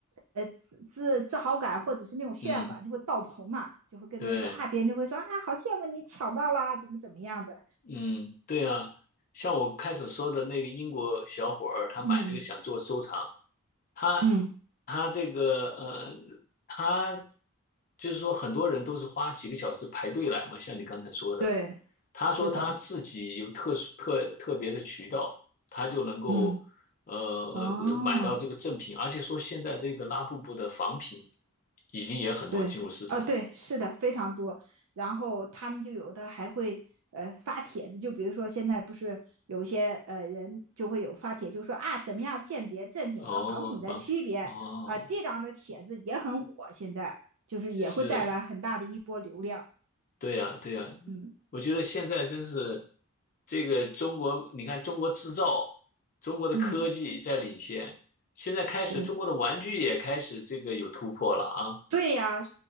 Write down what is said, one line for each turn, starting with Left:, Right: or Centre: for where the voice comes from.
Right: 呃自自自豪感，或者是那种炫耀感，
Left: 嗯，
Right: 就会爆棚嘛，就会跟别人说啊，
Left: 对。
Right: 别人就会说啊，好羡慕你抢到啦，怎么怎么样的。
Left: 嗯，对啊，像我开始说的那个英国小伙儿，他买这个想做收藏，
Right: 嗯
Left: 他
Right: 嗯，
Left: 他这个呃，他就是说很多人都是花几个小时排队来嘛，像你刚才说的，
Right: 对，
Left: 他说他自己有特殊特特别的渠道，
Right: 是的，
Left: 他就能够呃买到这个正品，
Right: 嗯，哦，
Left: 而且说现在这个拉布布的仿品已经也很多进入市场了。
Right: 对，哦，对，是的，非常多。然后他们就有的还会呃发帖子，就比如说现在不是有一些呃人就会有发帖，就说啊怎么样鉴别正品和仿品的区别啊、
Left: 哦，仿品，哦，
Right: 这样的帖子也很火，现在就是也会带来很大的一波流量。
Left: 是。对呀，对呀，
Right: 嗯
Left: 我觉得现在真是这个中国，你看中国制造，中国的科技在领先，
Right: 嗯，
Left: 现在开始中国的玩具也开始这个有突破了啊，
Right: 是。对呀、啊